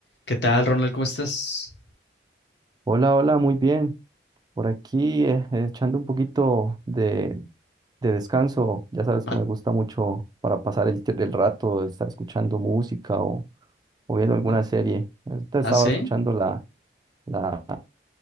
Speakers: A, on the left; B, on the right.
A: ¿Qué tal, Ronald? ¿Cómo estás?
B: Hola, hola, muy bien. Por aquí eh, echando un poquito de, de descanso. Ya sabes
A: Ah,
B: que me gusta mucho para pasar el, el rato, estar escuchando música o, o viendo alguna
A: ah,
B: serie. Ahorita estaba
A: ah, ¿sí?
B: escuchando la, la,